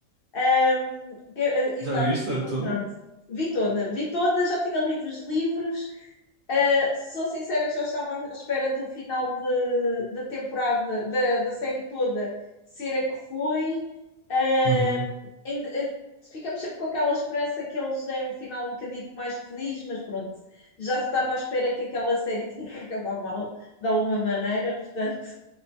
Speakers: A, on the left (about 60°); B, on the right (about 70°).
A: Um, Ga- exato,
B: Já viste
A: Game
B: tudo?
A: of Thrones. Vi toda, vi toda, já tinha lido os livros. Uh, sou sincera que já estava à espera do final de, da temporada, da, da série toda, ser a que foi. Uh,
B: Uhum.
A: ainda, uh, ficamos sempre com aquela esperança que eles deem um final um bocadito mais feliz, mas pronto, já se estava à espera que aquela série <laughs> tinha que acabar mal, de alguma maneira, portanto.